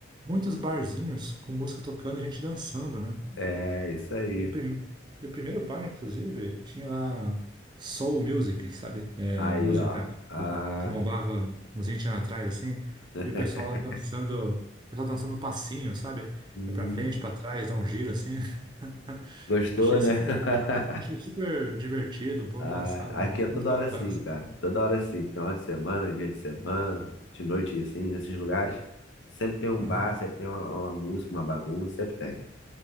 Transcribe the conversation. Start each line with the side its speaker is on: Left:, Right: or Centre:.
Right: Muitos barzinhos com música tocando, e gente dançando, né?
Left: É, isso aí.
Right: E o, prim... e o primeiro bar, inclusive, tinha lá soul music, sabe? É,
Left: Aí,
Right: música
Left: ó. Aham.
Right: que bombava uns 20 anos atrás, assim.
Left: <laughs>
Right: E o pessoal lá dançando, o pessoal dançando no passinho, sabe?
Left: Uhum.
Right: Vai pra frente, pra trás, dá um giro, assim. <laughs>
Left: Gostou,
Right: Achei
Left: né?
Right: super,
Left: <laughs>
Right: achei super divertido, um pouco
Left: Ah,
Right: engraçado, mas
Left: Aqui é toda
Right: muito bacana.
Left: hora assim,
Right: sabe?
Left: cara. Toda hora assim. Final de semana, dia de semana, de noite assim, nesses lugares. Sempre tem um
Right: Uhum.
Left: bar, sempre tem uma, uma música, uma bagunça, sempre tem.